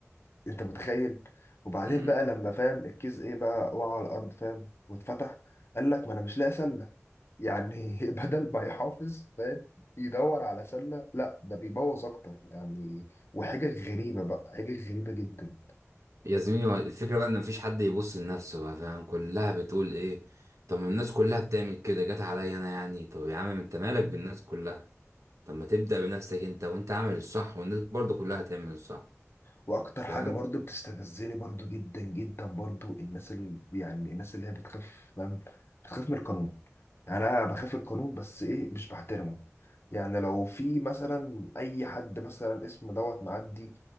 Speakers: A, on the left; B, on the right.
A: أنت متخيل وبعدين
B: امم
A: بقى لما فاهم الكيس إيه بقى وقع على الأرض فاهم واتفتح قال لك ما أنا مش لاقي سلة يعني <laughs> بدل ما يحافظ فاهم يدور على سلة لا ده بيبوظ أكتر يعني وحاجة غريبة بقى حاجة غريبة جدا
B: يا زميلي هو الفكرة بقى ان مفيش حد يبص لنفسه بقى فاهم كلها بتقول ايه طب ما الناس كلها بتعمل كده جت عليا انا يعني طب يا عم انت مالك بالناس كلها طب ما تبدأ بنفسك انت وانت عامل الصح والناس برضو كلها هتعمل الصح
A: واكتر
B: فاهم
A: حاجه برضو بتستفزني برضو جدا جدا برضو الناس اللي يعني الناس اللي هي بتخاف فاهم بتخاف من القانون يعني انا بخاف من القانون بس ايه مش بحترمه يعني لو في مثلا اي حد مثلا اسمه دوت معدي